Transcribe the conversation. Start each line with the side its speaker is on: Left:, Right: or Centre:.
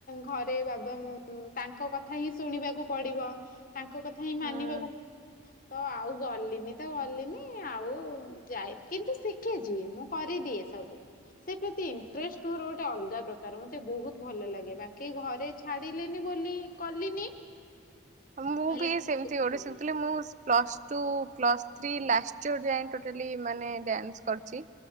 Left: ଘରେ ବାବା ତାଙ୍କ କଥାହିଁ ଶୁଣିବାକୁ ପଡ଼ିବ। ତାଙ୍କ କଥାହିଁ
Right: ହୁଁ
Left: ମାନିବାକୁ ପଡ଼ିବ। ତ ଆଉ ଗଲିନିତ ଗଲିନି ଆଉ ଯାଇନି କିନ୍ତୁ ଶିିିଖିଚି ମୁଁ କରିଦିଏ ସବୁ ସେପ୍ରତି ଇଣ୍ଟରେଷ୍ଟ ମୋର ଗୋଟେ ଅଲଗା ପ୍ରକାର ମତେ ବହୁତ୍ ଭଲ ଲାଗେ ବାକି ଘରେ ଛାଡ଼ିଲେନି ବୋଲି କଲିନି
Right: ମୁଁବି
Left: ହେଲେ ମତେ
Right: ସେମିତି
Left: ବହୁତ
Right: ଗୋଟେ
Left: ଭଲ
Right: ଶିଖଥିଲି
Left: ଲାଗେ।
Right: ମୁଁ plus two plus three last year ଯାଏଁ ଟୋଟାଲି ମାନେ ଡ୍ୟାନ୍ସ କରିଚି।